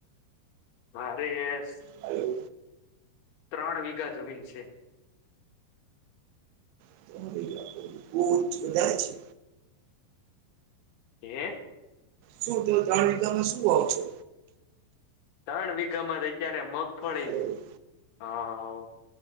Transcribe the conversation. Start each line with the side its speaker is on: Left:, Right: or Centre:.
Left: મારે એસ
Right: હાલો,
Left: ત્રણ વીઘા જમીન છે.
Right: <unintelligible> બોજ વધારે છે.
Left: હે.
Right: શું તમે ત્રણ વીઘામાં શું વાવો છો?
Left: ત્રણ વીઘામાં અત્યારે મગફળીને
Right: હાલો,
Left: આવ